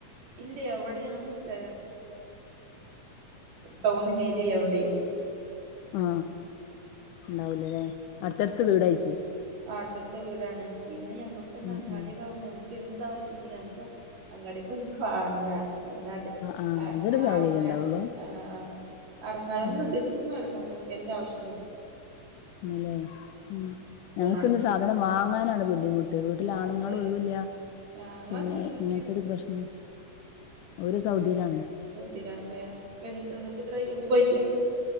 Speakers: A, on the right; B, on the left.
A: ഇല്ല അവിടെ ഞങ്ങൾക്ക് സ്ഥ ടൗൺ ഏരിയായൊണ്ടേ
B: ആ ഉണ്ടാവൂലല്ലെ അടുത്തടുത്ത് വീടായിക്കും
A: ആ അടുത്തടുത്ത് വീടാണ് പിന്നെ ഞമ്മക്ക്
B: ഉം
A: അങ്ങാടിയക്കവുമ്പോ
B: ഉം
A: ഞമ്മ എന്താവശ്യം ഇന്ടെങ്കിൽ ങ് നമക്ക് അങ്ങാടി പോയി വാങ്ങാം <unintelligible>
B: ആഹ് അതൊരു സൗകര്യം ഉണ്ടാവൂലേ
A: ഇറങ്ങാന
B: ഉം
A: ഒന്ന് ജസ്റ്റ് ഒന്ന് നടന്നാ മതി നമു എല്ലാ ആവശ്യം
B: ല്ലേ ഉം ഞങ്ങക്കിന്ന്
A: ആണ്
B: സാധനം വാങ്ങാനാണ് ബുദ്ധിമുട്ട് വീട്ടില
A: ആണല്ലേ
B: ആണുങ്ങളും ഒന്നുല്ല
A: ആഹ് ഇങ്ങളെ
B: പിന്നെ
A: ഹസ്ബൻഡ് എന്താ
B: ഇങ്ങനത്തൊരു പ്രശ്നം ഓര് സൗദിയിലാണ്
A: സൗദിലാണല്ലേ എന്നിട്ട് ഇത്രായി എന്ന് പോയിട്ട്